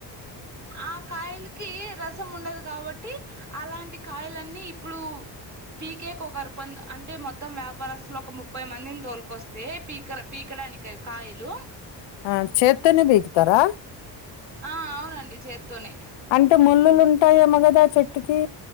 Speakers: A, on the right; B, on the left.
A: ఆ కాయలకి రసం ఉండదు కాబట్టి. అలాంటి కాయలన్నీ ఇప్పుడు పీకేకి ఒకరు కొ అంటే మొత్తం వ్యాపారస్తులు ఒక ముప్పై మందిని తోలుకొస్తే పీకడానికి. కాయలు.
B: ఆ చేత్తోనే పీకుతారా.
A: ఆ అవునండి చేత్తోనే.
B: అంటే ముళ్ళులు ఉంటాయేమో కదా చెట్టుకి.